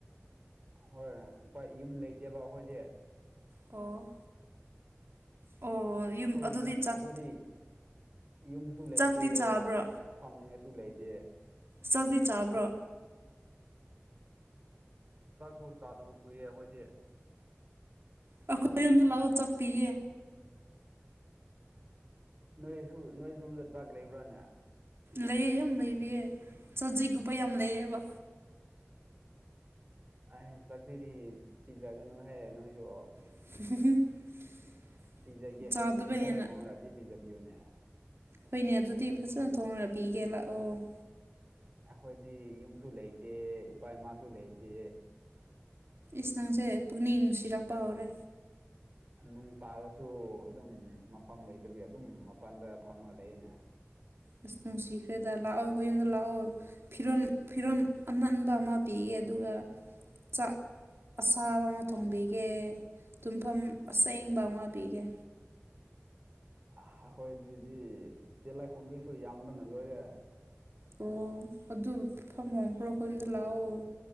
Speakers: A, on the right (about 35°); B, on the right (about 55°).
A: ꯍꯣꯏꯣꯏ ꯎꯄꯥ ꯌꯨꯝ ꯂꯩꯇꯦꯕ ꯑꯩꯈꯣꯏꯁꯦ
B: ꯑꯣ ꯑꯣ
A: ꯑꯩꯈꯣꯏ
B: ꯑꯗꯨꯗꯤ
A: ꯌꯨꯝ
B: ꯆꯥꯛ
A: ꯑꯩꯈꯣꯏꯗꯤ ꯌꯨꯝꯁꯨ ꯂꯩꯇꯦ
B: ꯆꯥꯛꯇꯤ ꯆꯥꯕ꯭ꯔꯣ
A: ꯐꯝꯅꯤꯡꯉꯥꯏꯁꯨ ꯂꯩꯇꯦ
B: ꯆꯥꯛꯤ ꯆꯥꯕ꯭ꯔꯣ
A: ꯆꯥꯛꯁꯨ ꯆꯥꯗꯕ ꯀꯨꯏ ꯑꯩꯈꯣꯏꯗꯤ
B: ꯑꯩꯈꯣꯏ ꯑꯗ ꯂꯥꯛꯑꯣ ꯆꯥꯛꯄꯤꯌꯦ
A: ꯅꯣꯏꯁꯨ ꯅꯣꯏꯔꯣꯝꯗ ꯆꯥꯛ ꯂꯩꯕ꯭ꯔꯥꯅꯦ
B: ꯂꯩꯑ ꯌꯥꯝ ꯂꯩꯔꯤꯑꯦ ꯆꯖꯤꯛꯒꯨꯞꯄ ꯌꯥꯝ ꯂꯩꯑꯦꯕ
A: ꯑꯩ ꯆꯥꯛꯆꯤꯗꯤ ꯄꯤꯖꯒꯅꯨꯍꯦ ꯅꯣꯏꯁꯨ
B: <inaudible>
A: ꯄꯤꯖꯒꯦ
B: ꯆꯥꯗꯕ
A: ꯍꯥꯏꯗꯤ ꯐꯖꯅ
B: ꯍꯦꯟꯅ
A: ꯊꯣꯡꯉꯒꯗꯤ ꯄꯤꯖꯕꯤꯌꯣꯅꯦ
B: ꯍꯣꯏꯅꯦ ꯑꯗꯨꯗꯤ ꯐꯖꯅ ꯊꯣꯡꯅꯅ ꯄꯤꯒꯦ ꯂꯥꯛꯑꯣ
A: ꯑꯩꯈꯣꯏꯗꯤ ꯌꯨꯝꯁꯨ ꯂꯩꯇꯦ ꯏꯄꯥ ꯏꯃꯥꯁꯨ ꯂꯩꯇꯦ
B: ꯏꯁꯇꯁꯦ ꯄꯨꯛꯅꯤꯡ ꯅꯨꯡꯁꯤꯔꯛꯄ ꯍꯧꯔꯦ
A: ꯅꯨꯡ ꯇꯥꯔꯁꯨ ꯑꯗꯨꯝ ꯃꯐꯝ ꯂꯩꯇꯕꯤ ꯑꯗꯨꯝ ꯃꯄꯥꯟꯗ ꯐꯝꯃ ꯂꯩꯅꯦ
B: ꯑꯁ ꯅꯨꯡꯁꯤꯈ꯭ꯔꯦꯗ ꯂꯥꯛꯑꯣ ꯑꯩꯈꯣꯏ ꯌꯨꯝꯗ ꯂꯥꯛꯑꯣ ꯐꯤꯔꯣ ꯐꯤꯔꯣꯜ ꯑꯅꯟꯕ ꯑꯃ ꯄꯤꯌꯦ ꯑꯗꯨꯒ ꯆꯥꯛ ꯑꯁꯥꯕ ꯑꯃ ꯊꯣꯡꯕꯤꯒꯦ ꯇꯨꯝꯐꯝ ꯑꯁꯦꯡꯕ ꯑꯃ ꯄꯤꯒꯦ
A: ꯑꯩꯈꯣꯏ ꯑꯗꯨꯗꯤ ꯇꯦꯂꯥꯏꯈꯨꯝꯕꯤꯁꯨ ꯌꯥꯝꯕꯅ ꯂꯣꯏꯔꯦ
B: ꯑꯣ ꯑꯗꯨ ꯐꯝꯐꯝꯈ꯭ꯔꯣ ꯑꯩꯣꯏꯝꯗ ꯂꯥꯛꯑꯣ